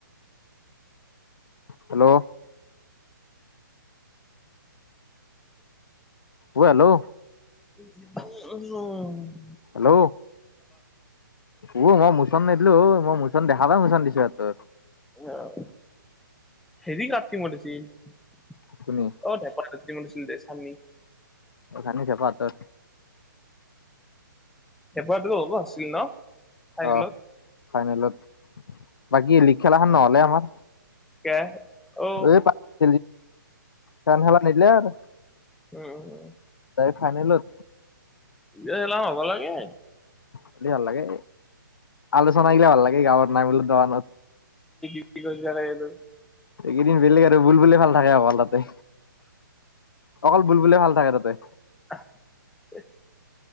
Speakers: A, on the left; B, in the centre.
A: হেল্ল'। অহ' হেল্ল'।
B: <unintelligible> উম'।
A: হেল্ল'। অহ মই মুচন নেদলো হয়, মই ম মুচন দেখা পাই মুচন দিছো সেহতৰ
B: অহ' হেৰি কাৰ টিমত আছিল। অহ,
A: শুনি
B: ধেকৰ টিমত আছিলো দে ছানি
A: অহ' ধানি জেপা হাতৰ।
B: হেপাহটো হ'ব আছিল ন। <unintelligible>
A: অ ফাইনেলত, বাকী লিক খেলাখন নহ'লে আমাৰ।
B: কে অ
A: এই <unintelligible> সেইখান‌ খেলা নেদলা আৰু।
B: উম', উম', উম'।
A: ফাইনেলত।
B: এ এনেইও হ'বা লাগে।
A: হ'লি ভাল লাগে, আলোচনা গিলা ভাল লাগে গাঁৱৰ নাই মিল দোকানত।
B: <unintelligible>
A: এইকেইদিন বেলেগ আৰু বুলবুলি খেল থাকে <unintelligible> তাতে। অকল বুলবুলি খেল থাকে তাতে।
B: অহ, এ।